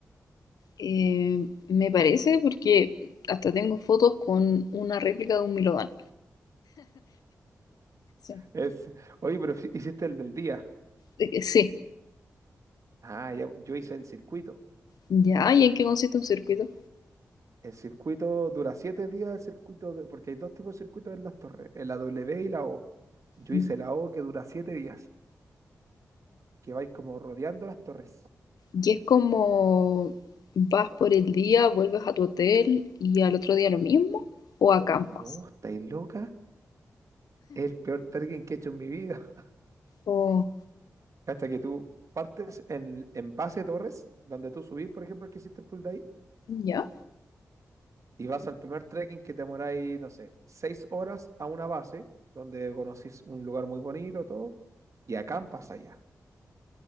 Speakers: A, on the left; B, on the right.
A: Eh, me parece porque hasta tengo fotos con una réplica de un Milodón. Sí.
B: Es, oye, pero fi- hiciste el del día.
A: Eh, Sí,
B: Ah, ya, yo hice en circuito.
A: ya, ¿y en qué consiste un circuito?
B: El circuito dura siete días, el circuito de- porque hay dos tipos de circuitos en las torres, en la W y la O. Yo
A: Mm.
B: hice la O que dura siete días, que vais como rodeando las torres.
A: Y es como vas por el día, vuelves a tu hotel y al otro día lo mismo, o acampas.
B: No, estáis loca. Es el peor trekking que he hecho en mi vida.
A: O
B: Hasta que tú partes en, en base de torres, donde tú subís, por ejemplo, el que hiciste el full day,
A: ya,
B: Y vas al primer trekking que te demoráis, no sé, seis horas a una base, donde conocís un lugar muy bonito, todo, y acampas allá,